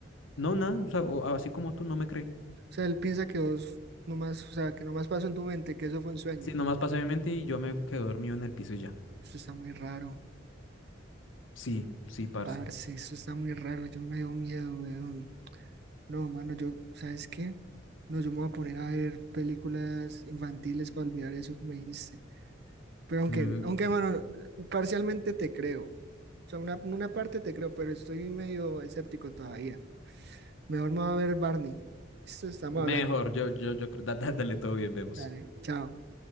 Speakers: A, on the left; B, on the right.
A: no, nada, o sea, o- así como tú no me crees,
B: O sea, él piensa que vos nomás, o sea, que nomás pasó en tu mente, que eso fue un sueño.
A: sí, nomás pasé mi mente y yo me quedé dormido en el piso y ya,
B: Eso está muy raro,
A: sí, sí, parce.
B: parce, eso está muy raro, yo me dio miedo, weón. No, mano, yo, ¿sabes qué? No, yo me voy a poner a ver películas infantiles para olvidar eso que me dijiste. Pero aunque,
A: mm,
B: aunque, mano, parcialmente te creo. O sea, una, una parte te creo, pero estoy medio escéptico todavía. Mejor me voy a ver Barney. Esto estamos
A: Mejor,
B: hablando.
A: yo, yo, yo creo, da- da- dale todo bien, vemos.
B: Dale, chao.